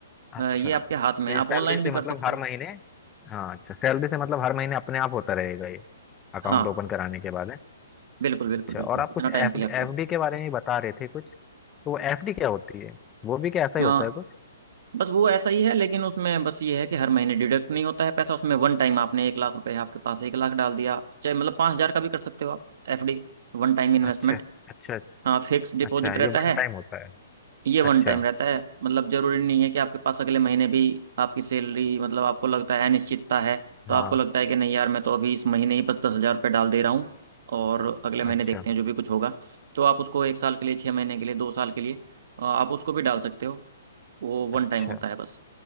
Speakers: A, on the left; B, on the right.
A: अच्छा
B: अ, ये आपके हाथ में
A: तो
B: है
A: ये
B: आप
A: सैलरी
B: ऑनलाइन
A: से
B: भी
A: मतलब
B: कर सकते
A: हर
B: हो
A: महीने हाँ अच्छा सैलरी से मतलब हर महीने अपने आप होता रहेगा ये अकाउंट
B: हाँ
A: ओपन कराने के बाद है
B: बिल्कुल बिल्कुल
A: अच्छा
B: बिल्कुल
A: और आप
B: इतना
A: कुछ एफ
B: टाइम के लिए आप
A: एफडी के बारे में बता रहे थे कुछ तो वो एफडी क्या होती है वो भी क्या ऐसा ही
B: सर
A: होता है कुछ
B: बस वो ऐसा ही है लेकिन उसमें बस ये है कि हर महीने डिडक्ट नहीं होता है पैसा उसमें वन टाइम आपने एक लाख रुपए आपके पास एक लाख डाल दिया चाहे मतलब पाँच हजार का भी कर सकते हो आप एफडी वन टाइम इन्वेस्टमेंट
A: अच्छा अच्छा
B: हाँ फिक्स डिपॉजिट
A: अच्छा
B: रहता
A: ये वन
B: है
A: टाइम होता है
B: ये वन
A: अच्छा
B: टाइम रहता है मतलब जरूरी नहीं है कि आपके पास अगले महीने भी आपकी सैलरी मतलब आपको लगता है अनिश्चितता है तो
A: हाँ
B: आपको लगता है कि नहीं यार मैं तो अभी इस महीने ही बस दस हजार रुपये डाल दे रहा हूँ और अगले महीने
A: अच्छा
B: देखते हैं जो भी कुछ होगा तो आप उसको एक साल के लिए छह महीने के लिए दो साल के लिए अ, आप उसको भी डाल सकते हो वो
A: अच्छा
B: वन टाइम होता है बस